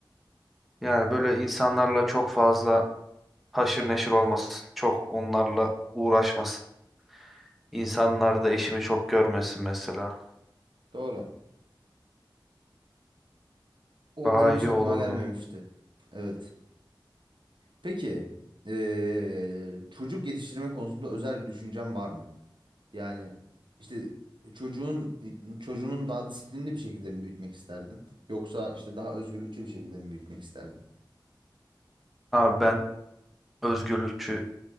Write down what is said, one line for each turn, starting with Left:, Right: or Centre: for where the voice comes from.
Centre: Yani böyle insanlarla çok fazla haşır neşir olmasın. Çok onlarla uğraşmasın. İnsanlar da eşimi çok görmesin mesela.
Right: Doğru. O
Centre: Daha
Right: benim
Centre: iyi
Right: hiç aklıma
Centre: olurdu.
Right: gelmemişti. Evet. Peki eee, çocuk yetiştirme konusunda özel bir düşüncen var mı? Yani işte çocuğun çocuğunun daha disiplinli bir şekilde mi büyütmek isterdin? Yoksa işte daha özgürlükçü bir şekilde mi büyütmek isterdin?
Centre: Abi ben özgürlükçü